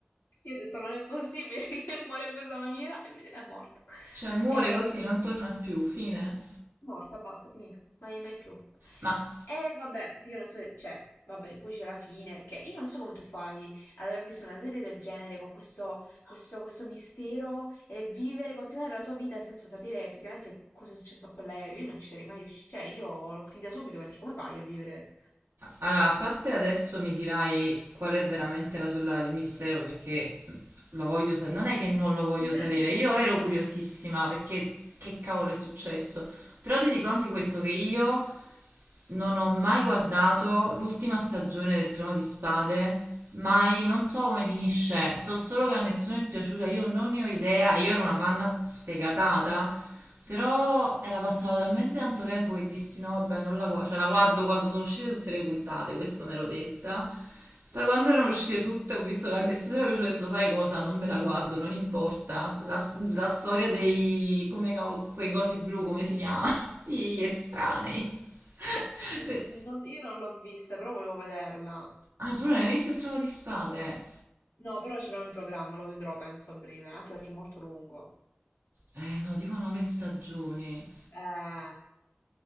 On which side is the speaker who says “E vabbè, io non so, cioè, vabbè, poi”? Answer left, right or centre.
Left